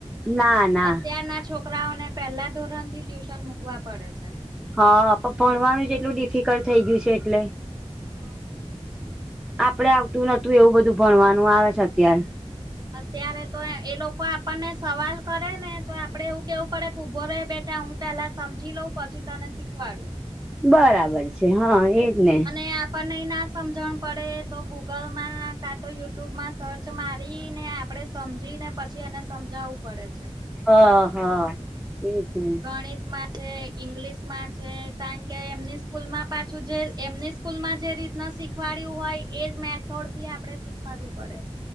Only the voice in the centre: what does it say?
ના ના
હા પણ ભણવાનું જ એટલું ડિફિકલ્ટ થઇ ગયું છે એટલે
આપડે આવતું નહોતું એવું બધું ભણવાનું આવે છે અત્યારે
બરાબર છે હા એજ ને
હ હા એજ ને.